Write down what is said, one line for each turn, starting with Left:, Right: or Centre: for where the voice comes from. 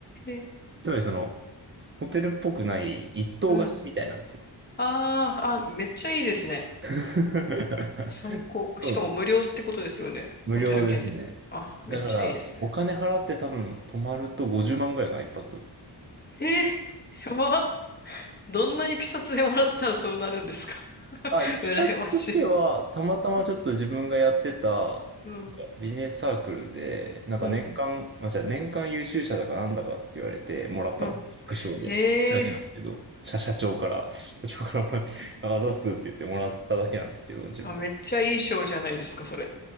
Left: え、
Right: つまりその、ホテルっぽくない一棟貸しみたいなんですよ。
Left: うん。ああ、あ、めっちゃいいですね。
Right: <laughs>
Left: 最高。
Right: そうなの。
Left: しかも無料ってことですよね。
Right: 無料ですね。
Left: ホテル券って。あ、
Right: だから、
Left: めっちゃいいですね。
Right: お金払って多分泊まると50万ぐらいかな、一泊。
Left: ええやば。どんないきさつでもらったらそうなるんですか
Right: あ、
Left: <laughs>
Right: いきさつとしては、
Left: 羨ましい。
Right: たまたまちょっと自分がやってた、なんか
Left: うん、
Right: ビジネスサークルで、なんか年間、
Left: うん、
Right: まあ、じゃあ年間優秀者だかなんだかって言われてもらったんで、
Left: う
Right: 副賞で。
Left: ん。
Right: だけなんですけど、
Left: ええ
Right: 社、社長から、社長からもらって、ああざっすって言ってもらっただけなんですけど、自分。
Left: あ、めっちゃいい賞じゃないですか、それ。